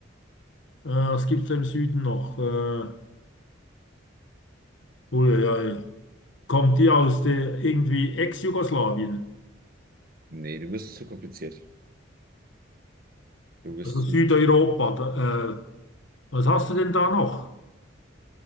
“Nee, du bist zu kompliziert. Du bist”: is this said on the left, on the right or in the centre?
Right